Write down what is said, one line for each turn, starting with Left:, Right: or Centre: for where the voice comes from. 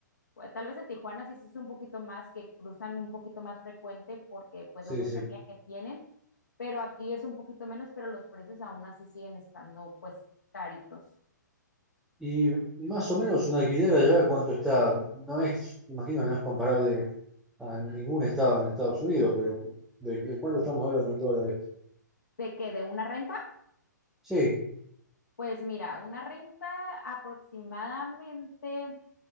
Left: pues, tal vez en Tijuana sí es un poquito más, que cruzan un poquito más frecuente porque pues
Centre: Sí,
Left: la cercanía
Centre: sí.
Left: que tienen, pero aquí es un poquito menos, pero los precios aún así siguen estando pues caritos.
Centre: Y más o menos un alquiler allá, ¿cuánto está? No es, imagino, no es comparable a ningún estado en Estados Unidos, pero ¿de, de cuánto estamos hablando en dólares?
Left: ¿De qué? ¿De una renta?
Centre: Sí,
Left: Pues mira, una renta aproximadamente